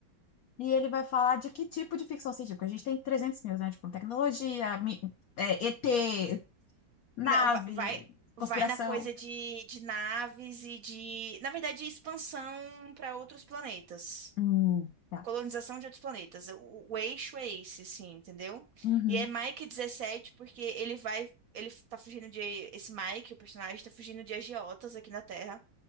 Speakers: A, on the left (about 80°); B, on the right (about 60°).
A: E ele vai falar de que tipo de ficção científica? A gente tem 300 mil, né? Tipo, tecnologia, mi- é, ET, nave,
B: Não, va- vai,
A: conspiração.
B: vai, na coisa de, de naves e de, na verdade, expansão para outros planetas.
A: Hum, tá.
B: colonização de outros planetas. O, o eixo é esse, assim, entendeu?
A: Uhum,
B: E é Mike dezessete porque ele vai. Ele tá fugindo de. Esse Mike, o personagem, tá fugindo de agiotas aqui na Terra.